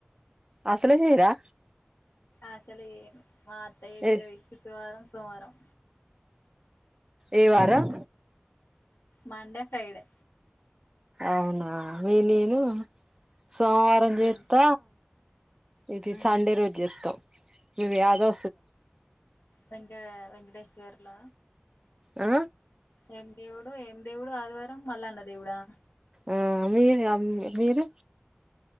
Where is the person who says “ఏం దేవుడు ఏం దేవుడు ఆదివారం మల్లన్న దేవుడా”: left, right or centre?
Left